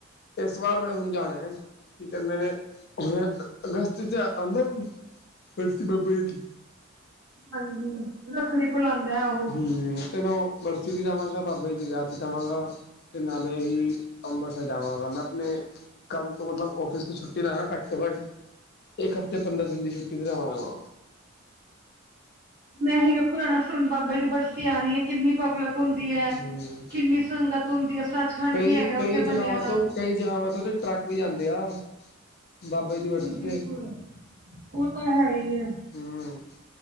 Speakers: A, on the left (about 50°); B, on the right (about 50°).
A: ਇਸ ਵਾਰ ਮੈਂ ਸਮਝਾਇਆ। ਕੀ ਕਹਿੰਦੇ ਨੇ ਹੈ ਅਗਸਤ ਆਂਦਾ ਪਿੰਡ ਚ ਬਾਬਾ ਜੀ
B: ਹਾਂਜੀ ਲੱਕੜੀ ਖੁਲਾਂਦਾ ਆਹੋ।
A: ਹਮ ਤੇ ਉਹ ਬਰਸੀ ਤੇ ਜਾਵਾਂਗਾ ਬਾਬਾ ਜੀ ਦੇ ਵਿਆਹ 'ਚ ਜਾਵਾਂਗਾ ਤੇ ਨਾਲੇ ਹੀ ਅੰਬਰਸਰ ਜਾਵਾਂਗਾ ਮੈਂ ਆਪਣੇ ਕੰਮ ਤੋਂ ਮਤਲਬ ਆਫਿਸ ਤੇ ਛੁੱਟੀ ਨਾ ਘੱਟ ਤੋਂ ਘੱਟ ਇੱਕ ਹਫਤੇ ਪੰਦਰਾਂ ਦਿਨ ਦੀ ਛੁੱਟੀ ਵੀ ਲਵਾਂਗਾ ਨਾਲ
B: ਮੈਂ ਹੀ ਵੇਖੋ ਜਾਣਾ ਸੁਣ ਬਾਬਾ ਜੀ ਦੀ ਬਰਸੀ ਆਣੀ ਏ। ਕਿੰਨੀ ਪਬਲਿਕ ਹੁੰਦੀ ਹੈ
A: ਹਮ
B: ਕਿੰਨੀ ਸੰਗਤ ਹੁੰਦੀ ਹੈ ਸੱਚਖੰਡ
A: ਕਈ
B: ਵੀ ਹੈਗਾ
A: ਕਈ
B: ਉੱਥੇ
A: ਜਗ੍ਹਾਵਾਂ
B: ਬਣਿਆ ਦਾ।
A: ਤੋਂ ਕਈ ਜਗਹਾ ਤੋਂ ਟਰੱਕ ਵੀ ਜਾਂਦੇ ਆ ਬਾਬਾ
B: ਬਿਲਕੁਲ-ਬਿਲਕੁਲ
A: ਜੀ ਦੀ ਬਰਸੀ ਤੇ
B: ਉਹ ਤਾਂ ਹੈ ਹੀ ਹੈ।
A: ਹੂ,,,